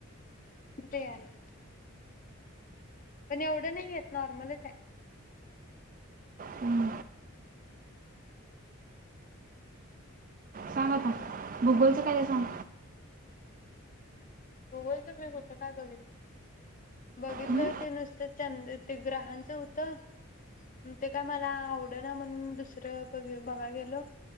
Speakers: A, on the left (about 35°); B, on the right (about 40°).
A: ते आले पण एवढं नाही आहेत नॉर्मलच आहे.
B: हम्म. सांग आता भूगोलचं काय आहे सांग?
A: भूगोलच मी कुठं काय बघित बघितलं
B: हं?
A: ते नुसत चंद ते ग्रहांचा होतं ते काय मला आवड ना म्हणून दुसरं बघ बघा गेलो